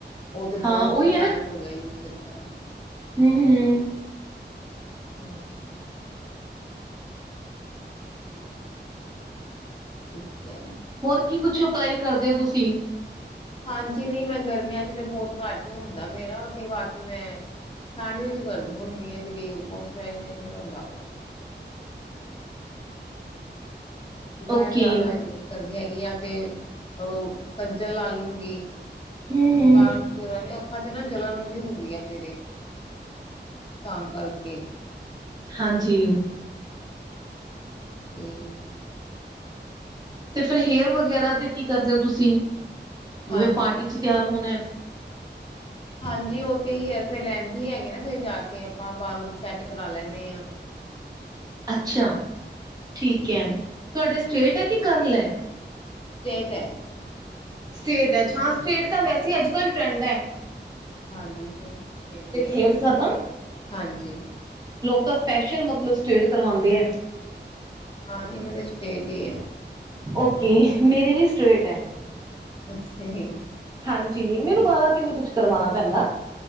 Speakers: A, on the left (about 30°); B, on the right (about 20°).
A: ਔਹ ਤੇ
B: ਹਾਂ
A: ਬੋੱਤ
B: ਉਹੀ
A: ਟੈਮ ਹੋ ਗਿਆ ਯੂਜ਼ ਕੀਤਾ ਹੋਇਆ।
B: ਹੂੰ ਹੂੰ।
A: ਹਂਜੀ। ਠੀਕ ਐ।
B: ਹੋਰ ਕੀ ਕੁਛ ਅਪਲਾਈ ਕਰਦੇ ਔ ਤੁਸੀ।
A: ਹਜੀ ਨਹੀਂ ਮੈਂ ਗਰਮੀਆਂ ਚ ਤਾਂ ਬੋੱਤ ਘੱਟ ਹੀ ਹੁੰਦਾ। ਮੇਰਾ ਤੇ ਬਾਕੀ ਮੈਂ ਠੰਡ ਵਿੱਚ ਕਰਦੀ ਹੁਨੀ ਆ ਜੇੜੀ ਮੋਚਰਾਈਜ ਨੇਚਰ ਹੁੰਦਾ। ਮੈਂ
B: ਓਕੇ
A: ਜੈਦਾ ਨੀ। ਸਰਦੀ ਹੈਗੀ ਆਂ ਤੇ ਔਹ ਕੰਜਲ ਲਾ ਲੂੰਗੀ।
B: ਹੂੰ-ਹੂੰ
A: ਕਾਰਾ ਕੁਰਾ ਨੀ ਅੱਖਾਂ ਚ ਨਾ ਜਲਨ ਜੀ ਹੁੰਦੀ ਆ ਮੇਰੇ। ਤਾਂ ਕਰਕੇ।
B: ਹਂਜੀ।
A: ਏ।
B: ਤੇ ਫੇਰ ਹੇਅਰ ਵਗੈਰਾ ਤੇ ਕੀ ਕਰਦੇ ਹੋ ਤੁਸੀਂ ਜਿਵੇਂ
A: ਹਾਂਜੀ
B: ਪਾਰਟੀ ਚ ਤਿਆਰ ਹੋਨਾ। <unintelligible>
A: ਹਂਜੀ ਔਹ ਤੇ ਹੇਅਰ ਫੇਅਰ ਲੈਂਸਹੀ ਹੈਗੇ ਨਾ ਫੇਰ ਜਾ ਕੇ ਆਪਾਂ ਬਾਰੋਂ ਸੈਟ ਕਰਾ ਲੈਂਨੇ ਆਂ।
B: ਅੱਛਾ,
A: ਹਾਂਜੀ
B: ਠੀਕ ਹੈ, ਤੁਹਾਡੇ ਸਟੇਟ ਐ ਕਿ ਕਰ ਲੈਨ।
A: ਸਟੇਟ ਐ।
B: ਸਟੇਟ ਹੈ ਹਾਂ ਸਟੇਟ ਤਾਂ ਵੈਸੇ ਈ ਅੱਜ ਕੱਲ ਟਰੈਂਡ ਐ।
A: ਹਂਜੀ, ਮੈਂ ਕਿਹਾ ਠੀਕ ਐ
B: ਹੇਅਰਸ ਦਾ ਤਾਂ
A: ਹਂਜੀ।
B: ਲੋਕ ਤਾਂ ਸਪੈਸ਼ਲ ਮਗਰੋ ਸਟੇਟ ਕਰਵਾਉਂਦੇ ਐ।
A: ਹਾਂ ਨਹੀਂ ਮੇਰੇ ਸਟੇਟ ਈ ਐ।
B: ਔਕੇ ਮੇਰੇ ਵੀ ਸਟਰੇਟ ਐ।
A: ਅੱਛਾ ਹੇ।
B: ਹਂਜੀ, ਮੈਨੂੰ ਵਾਲਾ ਤੇ ਨਹੀਂ ਕੁਛ ਕਰਵਾਉਨਾ ਪੈਂਦਾ।